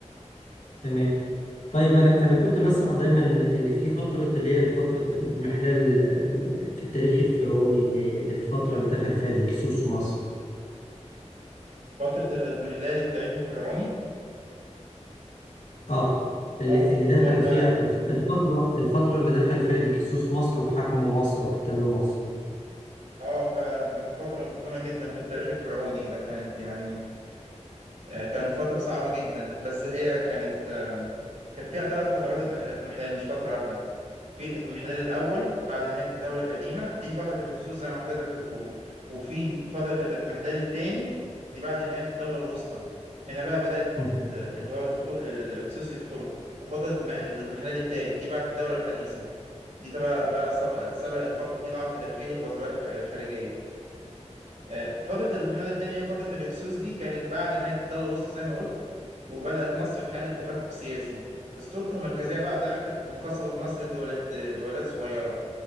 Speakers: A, on the left; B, on the right.
A: تمام طيب أنا أنا كنت بسمع دايما اللي في فترة اللي هي فترة الإضمحلال آه، في التاريخ الفرعوني اللي اللي في الفترة اللي دخل فيها الهكسوس مصر
B: فترة الإضمحلال التاريخي الفرعوني
A: اه اللي
B: اه
A: اللي دخل
B: اه فعلا
A: فيها الفترة الفترة اللي دخل فيها الهكسوس مصر وحكموا مصر واحتلوا مصر
B: اه فعلا ده كانت فترة مظلمة جدا في التاريخ الفرعوني ده كانت يعني آه، كانت فترة صعبة جدا بس هي كانت آم، كانت فيها ثلاث فترات اضح- اضمحلال مش فترة واحدة في الاضمحلال الأول بعد نهاية الدولة القديمة دي فترة الهكسوس زي ما حضرتك بتقول وفي فترة الاضمحلال الثاني دي بعد نهاية الدولة الوسطى هنا بقى بدأت
A: مم.
B: ال- اللي هو الدخول الهكسوس يدخلوا وفترة الم- الاضمحلال الثالث دي بعد الدولة الحديثة دي تبقى بقى سبق سبق الفترة دي ضعف داخلي وغزوات خ- خارجية آه، فترة الانحلال التاني هي فترة الهكسوس دي كانت بعد نهاية الدولة الوسطى زي ما قلت وبدأت مصر في حالة تفكك سياسي السلطة المركزية بقى ضعفت وانقسمت مصر لدول- لدولات صغيرة